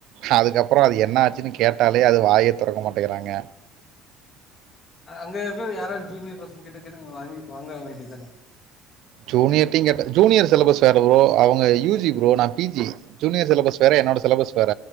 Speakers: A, on the right; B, on the left.
A: அதுக்கப்புறோ அது என்னாச்சுனு கேட்டால் அது வாய தொறக்க மாட்டேங்கிறாங்க
B: அங்க இருக்க யாராது ஜூனியர் பசங்கிட்ட கேட்டுவாங்கி வாங்க வேண்டியதுதானே
A: ஜூனியர்டையு கேட்ட ஜூனியர் சிலபஸ் வேற ப்ரோ அவங்க யூ ஜி ஜி ப்ரோ நா பி ஜி ஜூனியர் சிலபஸ் வேற என்னோட சிலபஸ் வேற